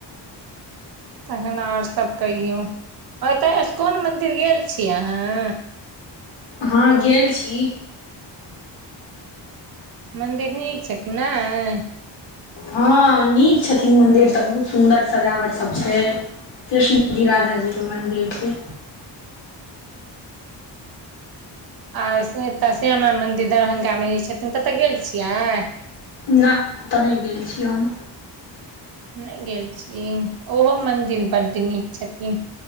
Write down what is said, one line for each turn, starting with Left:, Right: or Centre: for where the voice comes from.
Right: तखन आओर सब कहियौ एतऽ स्कन मन्दिर गेल छी अहाँ
Left: हँ गेल छी
Right: मंन्दिर नीक छै नय
Left: हँ नीक छथिन मंन्दिर तऽ बहुत सुन्दर सजावट सब छै कृष्णजी राधाजीके मन्दिर छै
Right: आओर से एतऽ श्यामा मन्दिर दरभंगामे जे छथिन ततय गेल छियै
Left: नय तऽ नय गेल छी हम
Right: नय गेल छी ओहो मन्दिर बड्ड नीक छथिन